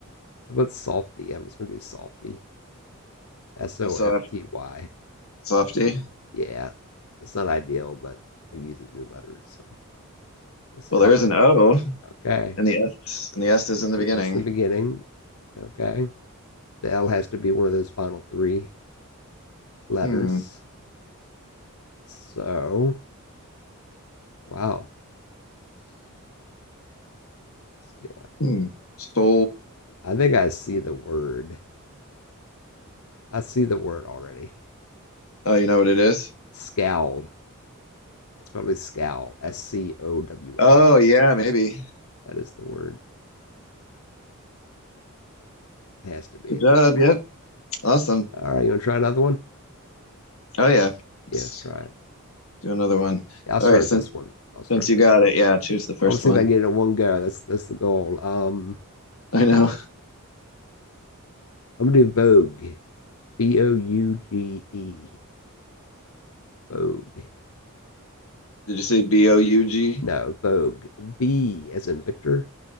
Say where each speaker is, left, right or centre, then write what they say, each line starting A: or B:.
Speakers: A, on the left; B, on the left.
A: How about softy? I'm just going to do softy. S O
B: S
A: F
B: O F
A: T Y.
B: softy.
A: Yeah. It's not ideal, but it uses new letters. So we'll see.
B: Well, there
A: Oh,
B: is an O,
A: okay.
B: and the S and the S is in the
A: An
B: beginning.
A: S in the beginning. Okay. The L has to be one of those final three letters.
B: Hmm.
A: So, wow. Yeah.
B: Hmm. So,
A: I think I see the word. I see the word already.
B: uh, you know what it is?
A: Scowl. It's probably scowl. S C O W
B: Oh
A: L.
B: yeah, maybe.
A: That is the word. It has to be
B: Good
A: at
B: job.
A: this point.
B: Yep. Awesome.
A: All right, you want to try another one?
B: Oh yeah. Let's
A: Yeah, let's try it.
B: do another one.
A: Yeah, I'll
B: All
A: start
B: right, since
A: this one. I'll start
B: since you
A: this
B: got
A: one.
B: it, yeah, choose the first
A: I want to see
B: one.
A: if I can get it in one go. That's that's the goal. Um,
B: I know.
A: I'm gonna do Vogue. V O U G E. Vogue.
B: <laughs> Did you say B O U G?
A: No, Vogue. V as in Victor.